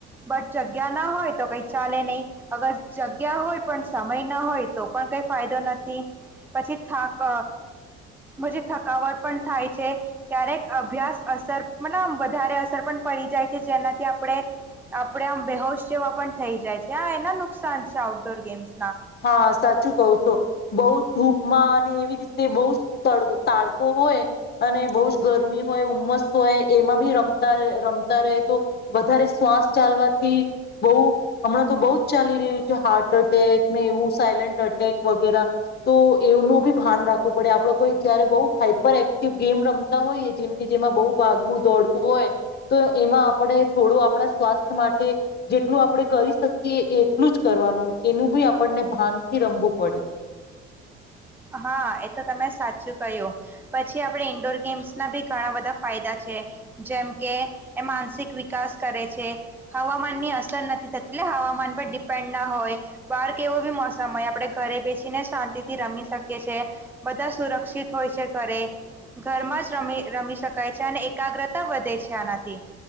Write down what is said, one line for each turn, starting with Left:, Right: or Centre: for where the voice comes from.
Centre: બટ જગ્યા ના હોય તો કઈ ચાલે નહી, અગર જગ્યા હોય પણ સમય ના હોય તો પણ કઈ ફાયદો નથી. પછી થાક અ પછી થકાવટ પણ થાય છે. ક્યારેક અભ્યાસ અસર મટલબ આમ વધારે અસર પણ પડી જાય છે જેનાથી આપણે આપડે આમ બેહોશ જેવા પણ થઈ જાય છે. આ એના નુકસાન છે આઉટડોર ગેમ્સ
Left: હા, સાચું કોવ છો. બોવ ધૂપમાં અને એવી રીતે બોવ જ તડ-તાડકો હોય અને બો જ ગરમી હોય, ઉમસ હોય એમાં બી રમતા રમતા રહે તો વધારે શ્વાસ ચાલવાથી બોવ હમણાં તો બહુ જ ચાલી હાર્ટ અટેક એવું સાયલન્ટ અટેક વગેરા. તો એનું બી ભાન રાખવું પડે આપડે કોઈ જયારે બોવ હાઈપર એક્ટિવ ગેમ રમતા હોઈએ જેમ કે જેમાં બોવ ભાગવું દોડવું હોય તો એમાં આપણે થોડું આપણા સ્વાસ્થ્ય માટે જેટલું આપણે કરી શકીએ એટલું જ કરવાનું તેનું ભી આપણને ભાન થી રમવું પડે.
Centre: હા, એ તો તમે સાચું કહ્યું પછી આપણે ઈન્ડોર ગેમ્સના બી ઘણા બધા ફાયદા છે. જેમ કે એ માનસિક વિકાસ કરે છે, હવામાનની અસર નથી થતી લો હવામાન પર ડિપેન્ડ ના હોય બહાર કેવો બી મોસમ હોય આપડે ઘરે બેસીને શાંતિ થી રમી શક છે, બધા સુરક્ષિત હોય છે. ઘરે ઘરમાં જ રમી રમી શકાય છે અને એકાગ્રતા વધે છે આનાથી.